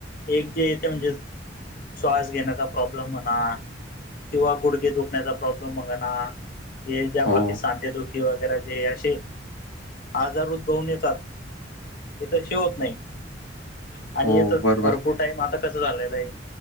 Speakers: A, on the left; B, on the left.
A: ते एक जे येते म्हणजेच, श्वास घेण्याचा प्रॉब्लेम म्हणा, किंवा गुडगे दुखण्याचा प्रॉब्लेम म्हना. जे ज्या
B: हो
A: बाकी सांदेदुखी वगैरे जे अशे आजार उद्भवून येतात. ते तशे होत नाही, आणि
B: हो
A: यात
B: बरोबर
A: भरपूर टाइम आप आता कसं झालेलं हाय,